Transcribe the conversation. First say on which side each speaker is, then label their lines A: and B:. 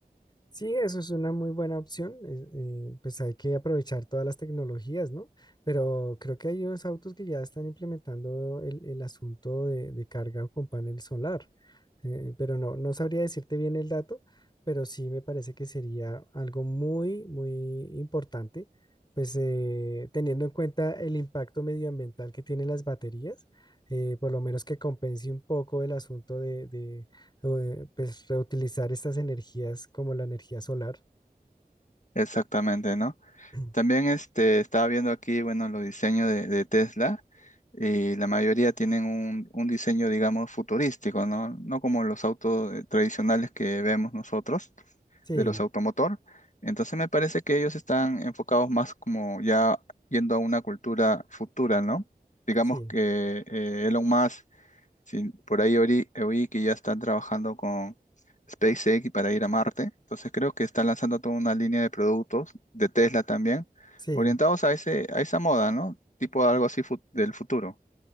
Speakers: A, on the left; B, on the left.
A: Sí, eso es una muy buena opción. es- eh, pues hay que aprovechar todas las tecnologías, ¿no? Pero creo que hay unos autos que ya están implementando el, el asunto de, de carga con panel solar eh, pero no, no sabría decirte bien el dato, pero sí me parece que sería algo muy, muy importante, pues eh, teniendo en cuenta el impacto medioambiental que tienen las baterías, eh, por lo menos que compense un poco el asunto de, de, eh, pues, reutilizar estas energías como la energía solar.
B: Exactamente, ¿no?
A: <clears throat>
B: También este, estaba viendo aquí, bueno, los diseños de, de Tesla. y la mayoría tienen un, un diseño, digamos, futurístico, ¿no? No como los autos eh, tradicionales que vemos nosotros,
A: Sí,
B: de los automotor. Entonces me parece que ellos están enfocados más como ya yendo a una cultura futura, ¿no? Digamos
A: sí,
B: que eh, Elon Musk, si por ahí oí, oí que ya están trabajando con SpaceX para ir a Marte. Entonces creo que están lanzando toda una línea de productos, de Tesla también,
A: sí.
B: orientados a ese, a esa moda, ¿no? Tipo algo así fu- del futuro.